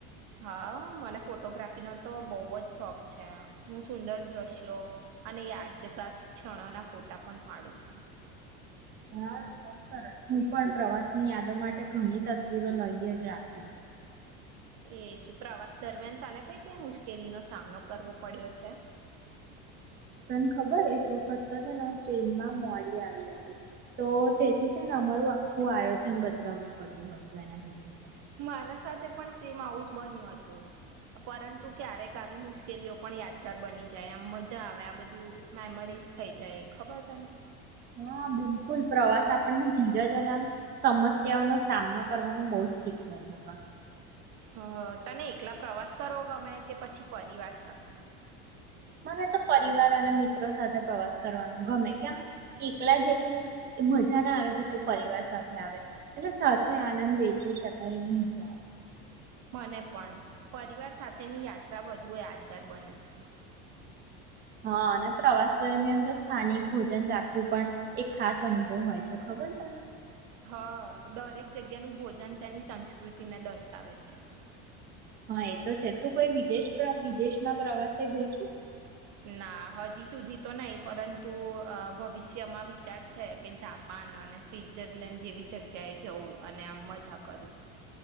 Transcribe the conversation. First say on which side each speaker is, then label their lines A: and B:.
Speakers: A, on the right; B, on the right.
A: હા મને ફોટોગ્રાફીનો તો બહુ જ શોખ છે હું સુંદર દ્રશ્યો, અને યાદગાર ક્ષણોના ફોટા પણ પાડું છું.
B: હા બહ સરસ હું પણ પ્રવાસની યાદો માટે ઘણી તસવીરો લઈએ જ રાખું.
A: એજ પ્રવાસ દરમિયાન તને કઈ કઈ મુશ્કેલીનો સામનો કરવો પડ્યો છે?
B: તને ખબર એક વખત તો છે ને હું ટ્રેનમાં મોડી આવી હતી, તો તેથી છે ને અમારું આખું આયોજન બદલાવવું પડ્યું હતું એના લીધે.
A: મારા સાથે પણ સેમ આવું જ બન્યું હતું, પરંતુ ક્યારેક આવી મુશ્કેલીઓ પણ યાદગાર બની જાય આમ મજા આવે આ બધું મેમરીઝ થઈ જાય ખબર તને.
B: હા બિલકુલ પ્રવાસ આપણને ધીરજ અને આમ સમસ્યાઓનો સામનો કરવાનું બહ જ શીખવે છે પણ.
A: હ તને એકલા પ્રવાસ કરવો ગમે કે પછી પરિવાર સાથે?
B: મને તો પરિવાર અને મિત્રો સાથે પ્રવાસ કરવાનું ગમે કેમ એકલા જેટલું મજા ના આવે જેટલું પરિવાર સાથે આવે, એટલે સાથે આનંદ વેચી શકાય એવું મજા આવે.
A: મને પણ, પરિવાર સાથેની યાત્રા વધુ યાદગાર બને છે.
B: હા અને પ્રવાસ દરમિયાન તો સ્થાનિક ભોજન રાખવું પણ એક ખાસ અનુભવ હોય છે ખબર તને.
A: હ દરેક જગ્યાનું ભોજન તેની સંસ્કૃતિને દર્શાવે છે.
B: હા એ તો છે તું કોઈ વિદેશ વિદેશમાં પ્રવાસે ગઈ છું?
A: ના હજી સુધી તો નહી પરંતુ ભવિષ્યમાં વિચાર છે કે જાપાન અને સ્વટ્ઝરલેન્ડ જેવી જગ્યાએ જવું અને આમ મજા કરું.